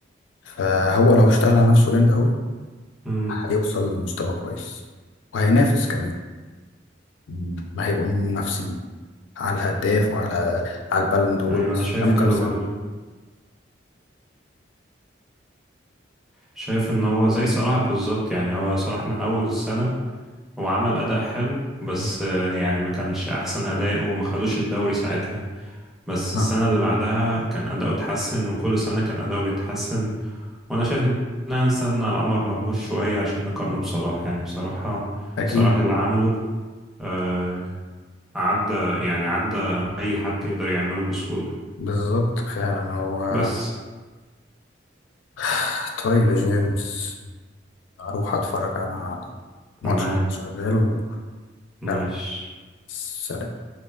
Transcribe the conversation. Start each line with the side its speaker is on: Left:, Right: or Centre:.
Left: فهو لو اشتغل على نفسه جامد قوي
Centre: امم
Left: هيوصل لمستوى كويس وهينافس كمان مم. هيبقوا من المنافسين على الهداف وعلى على البالون دور
Centre: ايوه
Left: بس
Centre: انا شايف
Left: قدامه
Centre: كده
Left: كام سنة
Centre: برضو شايف ان هو زي صلاح بالظبط يعني هو صلاح من اول السنة هو عمل أداء حلو بس
Left: مم.
Centre: آه، يعني ما كانش أحسن أداء وما خدوش الدوري ساعتها بس السنة
Left: اه
Centre: اللي بعدها كان أداؤه اتحسن وكل سنة كان أداؤه بيتحسن وأنا شايف إن إحنا نستنى على عمر مرموش شوية عشان نقارنه بصلاح يعني بصراحة
Left: أكيد
Centre: صلاح اللي عمله آه، عدى يعني عدى أي حد يقدر يعمله بسهولة
Left: بالظبط فعلا هو
Centre: بس
Left: <sighs> طيب يا جيمس أروح أتفرج أنا على
Centre: تمام
Left: ماتش شغال وفعلا
Centre: ماشي
Left: سلام